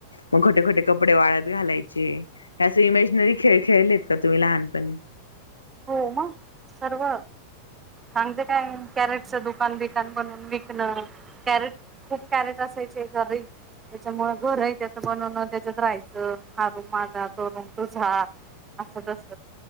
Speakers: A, on the left; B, on the right.
A: मग खोटे खोटे कपडे वाळत घालायचे त्या इमेजनरी खेळ खेळलेत का तुम्ही लहानपणी
B: हो मग सर्व सांगते काय कॅरेटचं दुकान बिकन बनून विकणं कॅरेट खूप कॅरेट असायचे घरी त्याच्यामु घरही त्याच बनवण त्याच्यात राहायचं हारूम माझा तोरुम तुझा असं तस